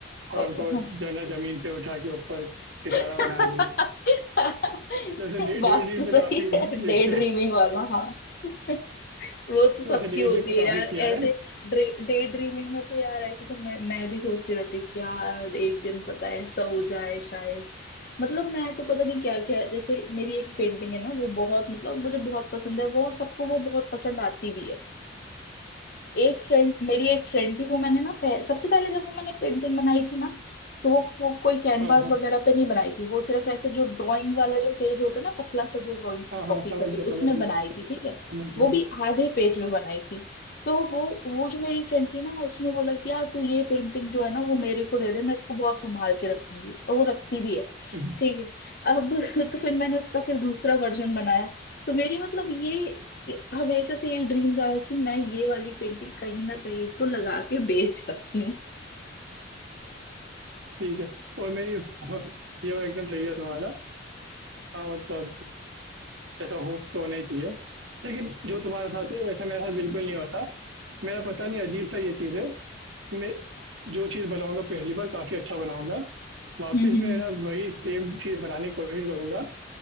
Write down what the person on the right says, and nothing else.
और
हमको जो है ना जमीन से उठा के ऊपर सितारा
बना दे तो ऐसे डे
डे ड्रीम
में काफी
देखे
तो ऐसे डे
ड्रीम पे काफी
किया
है
हाँ हाँ
हाँ
हाँ समझ
गया
समझ गया
समझ गया
<laughs>
ठीक है और मेरी <laughs> ये वाला एकदम सही है तुम्हारा हाँ मतलब ऐसा होप तो होना ही चाहिए लेकिन जो तुम्हारे साथ है वैसा मेरे साथ बिल्कुल नहीं होता मेरा पता नहीं अजीब सा ये चीज़ है मैं जो चीज़ बनाऊँगा पहली बार काफ़ी अच्छा बनाऊँगा, वापस
मैं ना वही सेम चीज़ बनाने की कोशिश करूँगा,